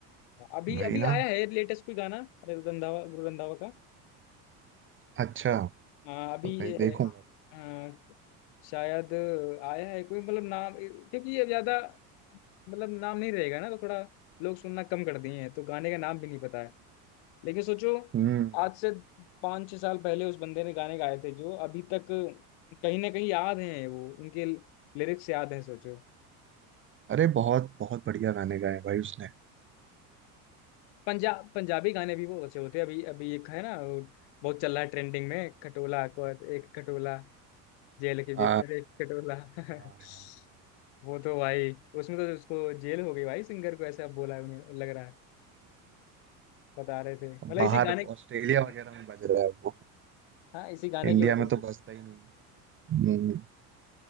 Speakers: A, on the left; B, on the right.
A: अभी
B: वही
A: अभी
B: ना
A: आया है लेटेस्ट कोई गाना अरे रंधावा गुरु रंधावा का
B: अच्छा
A: आ, अभी
B: पता नहीं
A: ये,
B: देखूंगा
A: आ, शायद आया है कोई मतलब नाम क्योंकि ये ज्यादा मतलब नाम नहीं रहेगा ना तो थोड़ा लोग सुनना कम कर दिए हैं तो गाने का नाम भी नहीं पता है लेकिन सोचो
B: हम्म
A: आज से पाँच छह साल पहले उस बंदे ने गाने गाए थे जो अभी तक कहीं ना कहीं याद हैं वो उनके लिरिक्स याद हैं सोचो
B: अरे बहुत बहुत बढ़िया गाने गाए भाई उसने
A: पंजाब पंजाबी गाने भी बहुत अच्छे होते हैं अभी अभी एक है ना वो बहुत चल रहा है ट्रेंडिंग में खटोला अकबर एक खटोला जेल के
B: आ,
A: भीतर एक खटोला
B: हाँ, हाँ।
A: <laughs> वो तो भाई उसमें तो उसको जेल हो गई भाई सिंगर को ऐसा बोला है उन्हें लग रहा है बता रहे थे मतलब
B: बाहर
A: इसी गाने
B: ऑस्ट्रेलिया
A: हाँ
B: वगैरह में बज रहा है वो
A: हाँ, इसी गाने
B: इंडिया
A: की वजह
B: में
A: से
B: तो बजता ही नहीं हम्म,